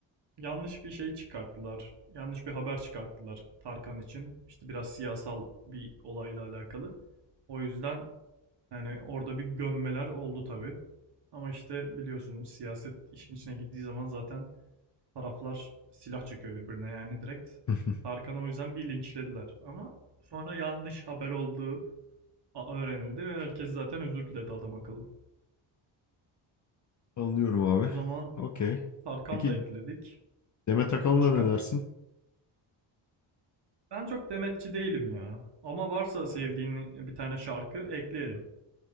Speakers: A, on the right (about 55°); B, on the left (about 35°).
A: yanlış bir şey çıkarttılar. Yanlış bir haber çıkarttılar Tarkan için. İşte biraz siyasal bir olayla alakalı. O yüzden yani orada bir gömmeler oldu tabii. Ama işte biliyorsun siyaset işin içine girdiği zaman zaten taraflar silah çekiyor birbirine yani direkt.
B: <laughs>
A: Tarkan'ı o yüzden bir linçlediler. Ama sonra yanlış haber olduğu öğrenildi ve herkes zaten özür diledi adam akıllı.
B: Anlıyorum abi.
A: O zaman
B: Okey.
A: Tarkan
B: Peki
A: da ekledik.
B: Demet Akalın'a
A: Başka?
B: ne dersin?
A: Ben çok demetçi değilim ya. Ama varsa sevdiğin
B: Yani
A: bir tane şarkı ekleyelim.